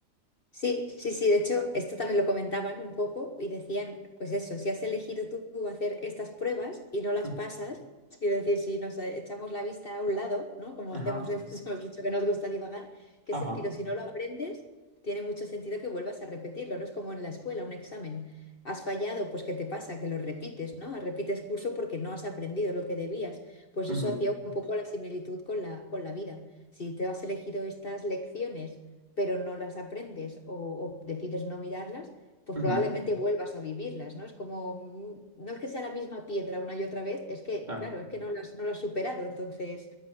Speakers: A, on the left; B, on the right.
A: Sí, sí, sí, de hecho, esto también lo comentaban un poco y decían, pues eso, si has elegido tú hacer estas pruebas y no las
B: <laughs>
A: pasas, quiero decir, si nos echamos la vista a un lado, ¿no? Como
B: Mm,
A: hacemos,
B: Ajá,
A: <laughs> hemos dicho que nos gusta divagar, ¿qué
B: ajá,
A: sentido? Si no lo aprendes, tiene mucho sentido que vuelvas a repetirlo, ¿no? Es como en la escuela, un examen. Has fallado, pues ¿qué te pasa? Que lo repites, ¿no? Ah, Repites curso porque no has aprendido lo que debías. Pues
B: ujú,
A: eso hacía un poco la similitud con la, con la vida. Si te has elegido estas lecciones pero no las aprendes o, o decides no mirarlas, pues
B: ujú,
A: probablemente vuelvas a vivirlas, ¿no? Es como, mm, no es que sea la misma piedra una y otra vez, es que,
B: Claro,
A: claro, es que no las, no las has superado, entonces,